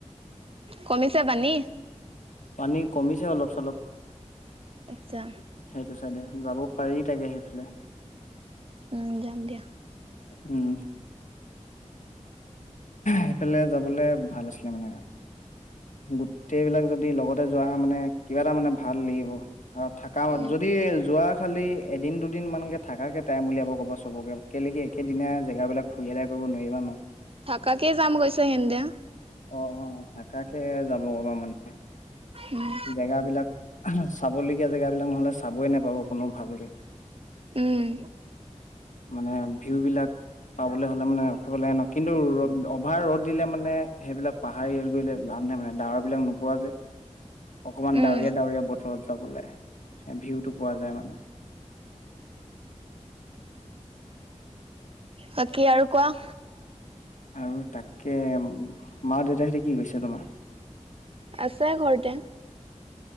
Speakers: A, on the right (about 50°); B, on the left (about 80°).
A: কমিছে পানি!
B: পানী কমিছে অলপ চলপ।
A: আচ্ছা।
B: সেইটো চাইডে, যাব পাৰি তাকে সেইফালে।
A: উম যাম দিয়া।
B: উম, সেইফালে যাবলে ভাল আছিলে মানে। গোটেইবিলাক যদি লগতে যোৱা হয় মানে কিবা এটা মানে ভাল লাগিব আৰু থাকা
A: অ
B: যদি যোৱা খালি এদিন দুদিনমানকে থাকাকে টাইম উলিয়াব ক'ব চবকে কেলে কি একেদিনাই জেগাবিলাক ফুৰি <unintelligible> অ নোৱাৰিবা ন,
A: থাকাকে যাম কৈছে সেন্দে
B: অৱ অৱ থাকাকে যাব কবা মানে,
A: উম
B: জেগা বিলাক চাবলগীয়া জেগাবিলাক নহ'লে চাবই নোপাব কোনো ভালকে।
A: উম
B: মানে ভিউ বিলাক পাবলৈ হ'লে মানে ৰখিব লাগে নহ কিন্তু ৰ'দ অভাৰ ৰ'দ দিলে মানে সেইবিলাক পাহাৰ ইয়াল কৰিলে লা লাভ নাই মানে ডাৱৰ বিলাক নো পোৱা যে অকমান
A: উম
B: ডাৱৰীয়া ডাৱৰীয়া বতৰত যাব লে ভিউটো পোৱা যায় মানে
A: বাকী আৰু কোৱা
B: আৰু তাকে মা দেউতাহিতে কি কৈছে তোমাৰ
A: আছে ঘৰতে